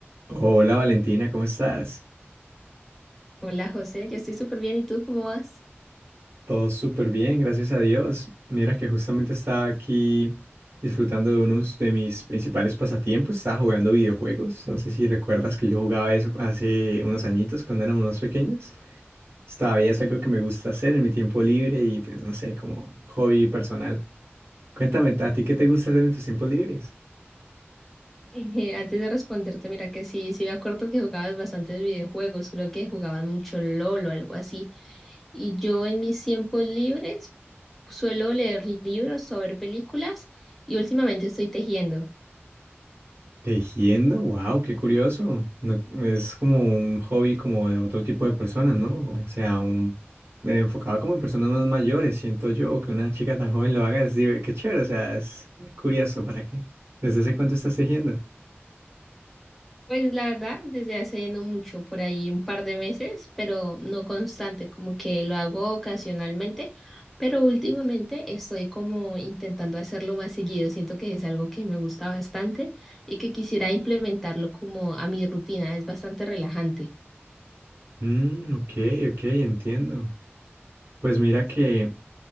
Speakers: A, on the right; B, in the centre.
A: Hola Valentina, ¿cómo estás?
B: Hola José, yo estoy súper bien. ¿Y tú cómo vas? <laughs>
A: Todo súper bien, gracias a Dios. Mira que justamente estaba aquí disfrutando de uno de mis principales pasatiempos, estaba jugando videojuegos. No sé si recuerdas que yo jugaba eso hace unos añitos cuando éramos más pequeños. Todavía es algo que me gusta hacer en mi tiempo libre y pues no sé, como un hobby personal. Cuéntame, ¿a ti qué te gusta hacer en tus tiempos libres?
B: Eh, antes de responderte, mira que sí, sí me acuerdo que jugabas bastantes videojuegos. Creo que jugabas mucho LOL o algo así. Y yo en mis tiempos libres suelo leer libros o ver películas y últimamente estoy tejiendo.
A: Tejiendo, wow, qué curioso. No- es como un hobby como de otro tipo de personas, ¿no? O sea, un eh, enfocado como en personas más mayores, siento yo, que una chica tan joven lo haga es diver- qué chévere, o sea, es curioso, ¿para qué? ¿Desde hace cuánto estás tejiendo?
B: Pues la verdad, desde hace no mucho, por ahí un par de meses, pero no constante, como que lo hago ocasionalmente, pero últimamente estoy como intentando hacerlo más seguido. Siento que es algo que me gusta bastante y que quisiera implementarlo como a mi rutina. Es bastante relajante.
A: Mm, ok, ok, entiendo. Pues mira que,